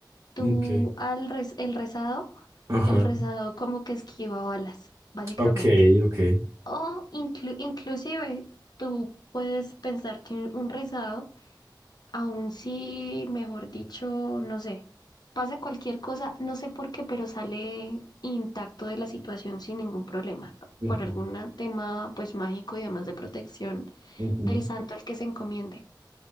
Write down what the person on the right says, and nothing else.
Ok.
Ajá.
Ok, ok.
Ujú,
ujú,